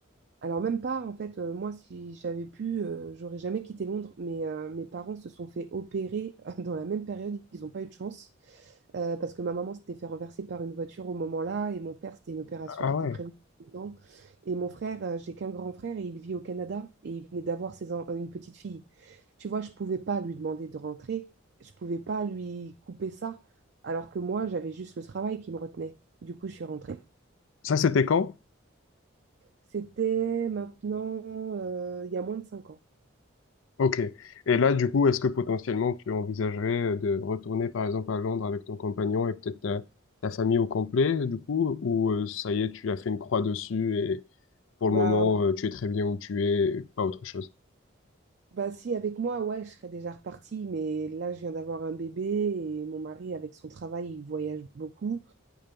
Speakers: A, on the right; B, on the left.
A: Alors même pas, en fait, euh, moi, si j'avais pu, euh, j'aurais jamais quitté Londres, mais euh, mes parents se sont fait opérer <laughs> dans la même période, ils n'ont pas eu de chance, euh, parce que ma maman s'était fait renverser par une voiture au moment-là, et mon père, c'était une opération
B: Ah
A: qui était
B: ouais.
A: prévue dedans. Et mon frère, euh, j'ai qu'un grand frère, et il vit au Canada, et il venait d'avoir ses en- une petite fille. Tu vois, je pouvais pas lui demander de rentrer, je pouvais pas lui couper ça, alors que moi, j'avais juste le travail qui me retenait. Du coup, je suis rentrée.
B: Ça, c'était quand?
A: C'était maintenant, euh, il y a moins de 5 ans.
B: Ok. Et là, du coup, est-ce que potentiellement tu envisagerais de retourner, par exemple, à Londres avec ton compagnon et peut-être ta, ta famille au complet, du coup, ou euh, ça y est, tu as fait une croix dessus et pour
A: Bah,
B: le moment, euh, tu es très bien où tu es, pas autre chose?
A: bah si, avec moi, ouais, je serais déjà repartie, mais là, je viens d'avoir un bébé et mon mari, avec son travail, il voyage beaucoup.